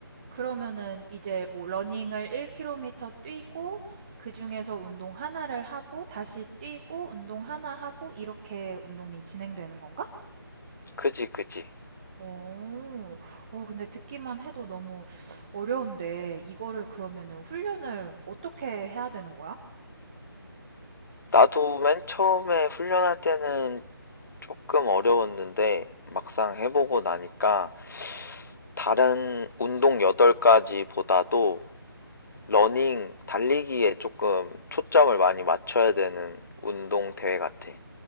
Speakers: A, on the right; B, on the left.
A: 그러면은 이제 뭐 러닝을 1km 뛰고 그중에서 운동 하나를 하고 다시 뛰고 운동 하나 하고 이렇게 운동이 진행되는 건가?
B: 그지, 그지.
A: 오, 어, 근데 듣기만 해도 너무 어려운데 이거를 그러면은 훈련을 어떻게 해야 되는 거야?
B: 나도 맨 처음에 훈련할 때는 조금 어려웠는데 막상 해보고 나니까 다른 운동 8가지보다도 러닝, 달리기에 조금 초점을 많이 맞춰야 되는 운동 대회 같아.